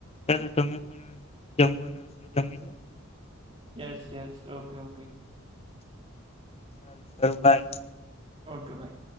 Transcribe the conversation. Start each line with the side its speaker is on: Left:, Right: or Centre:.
Left: ચાલો તમે પણ જમવાના હશો જમી લો.
Right: Yes, yes, okay, okay.
Left: <unintelligible> By
Right: okay by.